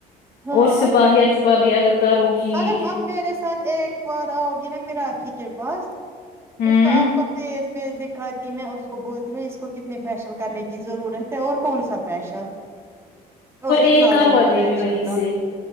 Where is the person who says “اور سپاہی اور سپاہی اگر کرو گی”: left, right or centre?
Left